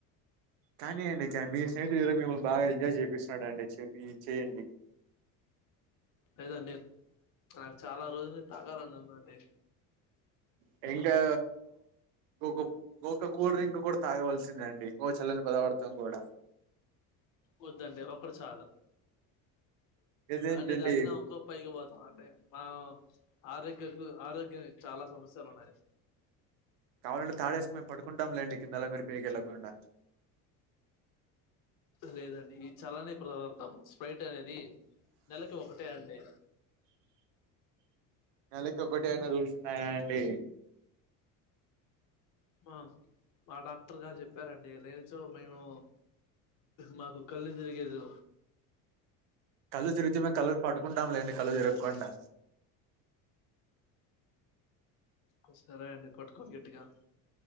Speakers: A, on the right; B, on the left.
A: కానీయండి ఇ మీ స్నేహితుడు మిమల్ని బాగా ఎంజయ్ ఉన్నాడండి చెప్పి చేయండి
B: లేదండి నాకు చాలా రోజులనుండి తాగాలనుదండి
A: డ్రింకా గ గక్క కూల్ డ్రింక్ కూడా తాగవలసిందండి గోచల్లని పదార్థం కూడా
B: వద్దండి ఒకటి చాలు
A: ఇదేంటండి
B: అన్ని తాగినా ఒక పైకి పోతాం అండి మా ఆరోగ్యకు ఆరోగ్యం చాలా సమస్యలు ఉన్నాయి
A: కావాలంటే తాడేసుకొని మే పడుకుంటాంలేండి కిందొల్లు మీరు పేకి వెళ్ళకుండా
B: లేదండి ఈ చల్లని పదార్థం స్పైట్ అనేది నెలకి ఒకటే అండి
A: నలకికోకటటెనీ ఏమనా రూల్స్న్నాయా అండి
B: మ మా డాక్టర్ గారు చెప్పారండి లేనిచో మేము మాకు కళ్ళు తిరిగేదు
A: కళ్ళ తిరుగితే మేము కళ్ళలు పట్టుకుంటాం లేండి కళ్ళ తిరగకుండా
B: కోస్తారా ఏంది పట్టుకోని గట్టిగా